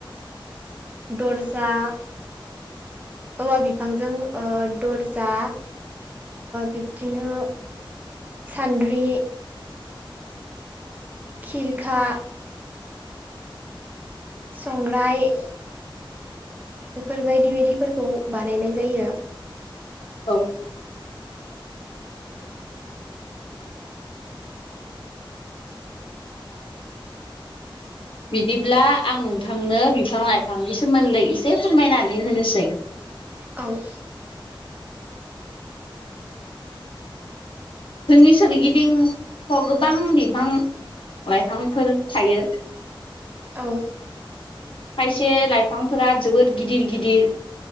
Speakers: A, on the right; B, on the left.
A: दरजा औवा बिफांजों दरजा बिब्दिनो सान्द्रि खिरखा संह्राय बेफोर बायदि बायदिफोरखौ बानायनाय जायो।
B: औ बिदिब्ला आं नोंथांनो बिफां लाइफांनि सोमोन्दै एसे फोरमायनानै होनोसै
A: औ
B: जोंनि सोरगिदिंथ' गोबां बिफां लाइफांफोर थायो।
A: औ
B: खायसे लाइफांफोरा जोबोद गिदिर गिदिर।